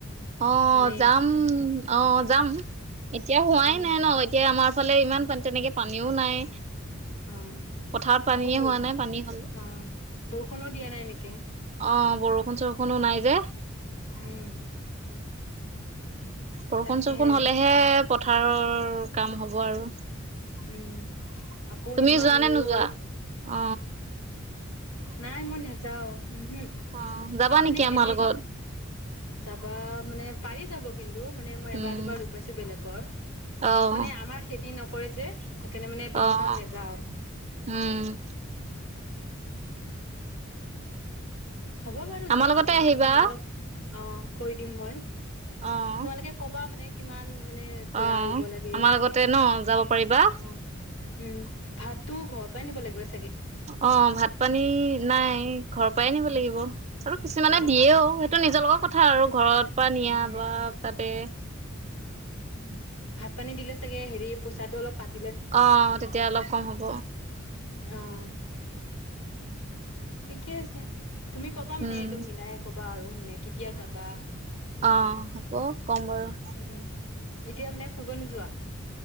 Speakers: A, on the right; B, on the left.
A: অ,
B: মানে
A: যাম - অ, যাম এতিয়া হোৱাই
B: উম
A: নাই ন'এতিয়া আমাৰ ফালে ইমান পান তেনেকে পানীও নাই।
B: অ,
A: পথাৰত পানীয়ে
B: আকৌ ব'
A: হোৱা নাই পানী হলে
B: অ, বৰষুণো দিয়া নাই নেকি?
A: অ, বৰষুণ চৰষুণো নাই যে।
B: উম,
A: বৰষুণ-চৰষুণ
B: তাকেহে
A: হলেহে পথাৰৰ কাম হ'ব আৰু। তুমি
B: উম আকৌ ইমান
A: যোৱা
B: ৰ'দ
A: নে নোযোৱা অ,
B: নাই মই নেযাওঁ, উমহু
A: অহ যাবা
B: আৰু
A: নেকি
B: মানে খেতি
A: আমাৰ লগত?
B: যাবা মানে, পাৰি যাব কিন ন্তু মানে মই এবাৰ-দুবাৰ
A: উম
B: ৰুই পাইছো বেলেগৰ,
A: অহ
B: মানে আমাৰ খেতি নকৰে যে। সেইকাৰণে মানে বেছিভাগ
A: অহ,
B: নেযাও
A: উম। <inaudible>
B: হব বাৰু!
A: আমাৰ
B: যা
A: লগতে
B: আপনালোক
A: আহিবা
B: তোমালোক। অ' কৰি দিম মই।
A: অহ
B: তোমালোকে কবা মানে কিমান মানে দৰা
A: অহ
B: ৰুব লাগে,
A: আমাৰ লগতে ন যাব পাৰিবা
B: অ' উম। ভাতটো ঘৰ পৰাই নিব লাগিব চা
A: অ' ভাত-পানী নাই ঘৰ পৰাই নিব লাগিব। আৰু কিছুমানে
B: অ
A: দিয়েও,
B: আক
A: সেইটো নিজৰ লগত কথা আৰু ঘৰত পৰা নিয়া
B: উম
A: বা তাতে।
B: উম ভাত পানী দিলে চাগে হেৰি পইচাটো অলপ কাট
A: অহ' তেতিয়া অলপ কম হ'ব।
B: অ'। ঠিকে আছে তুমি কবা মানে
A: উম
B: এইটো মিলাই কবা আৰু। মানে কেতিয়া যাবা? উম
A: অ' হ'ব কম বাৰু।
B: উম এতিয়া মানে ফুৰব নোযোৱা?